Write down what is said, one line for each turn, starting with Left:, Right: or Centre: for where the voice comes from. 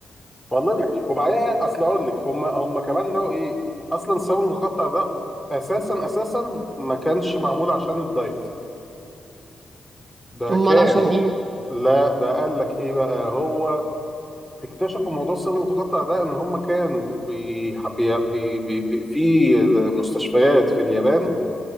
Centre: والله بجد وبعدين يعني اصل اقول لك هم هم كمان لو ايه اصلا الصابون المتقطع ده اساسا اساسا ما كانش معمول عشان الدايت ده
Right: امال
Centre: كان
Right: عشان ايه
Centre: لا ده قال لك ايه بقى هو اكتشفوا موضوع الصابون المتقطع ده ان هم كانوا بي بي بي بي بي في مستشفيات في اليابان